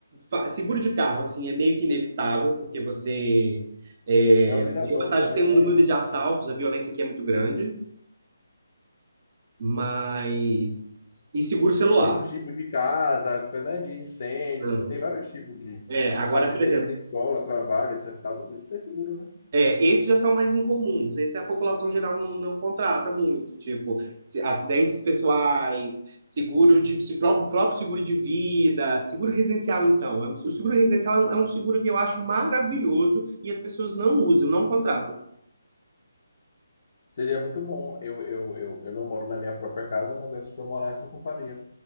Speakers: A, on the right; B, on the left.
A: fa- seguro de carro, assim, é meio que inevitável, porque você... É,
B: é obrigatório
A: tem uma cidade
B: também,
A: que tem um
B: né?
A: número
B: Algumas
A: de assaltos,
B: coisas, né?
A: a violência aqui é muito grande, mas... E seguro celular.
B: Outros tipos de casa, né, de incêndio,
A: Não.
B: se- tem vários tipos de
A: É, agora,
B: acidente
A: por exemplo,
B: de escola, trabalho, etc. e tal, Tudo isso tem seguro, né?
A: É, esses já são mais incomuns. Esse a população geral não, não contrata muito, tipo se- acidentes pessoais, seguro de se, pró- próprio seguro de vida, seguro residencial. Então, É um- o seguro residencial é um, é um seguro que eu acho maravilhoso e as pessoas não usam, não contratam.
B: Seria muito bom. Eu, eu, eu, eu não moro na minha própria casa, mas eu, se eu morasse, eu compraria.